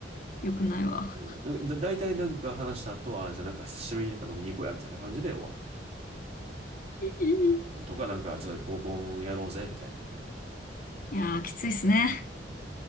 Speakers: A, on the left (about 50°); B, on the right (about 35°).
A: 良くないわ。
B: うん。だ、だいたいなんか話した後は、あじゃあなんか久しぶりになんか飲みに行こうや、みたいな感じで終わる。
A: <laughs> い
B: うん、とかなんかちょっと合コンやろうぜ、みたいな。
A: やー、きついっすね。
B: うん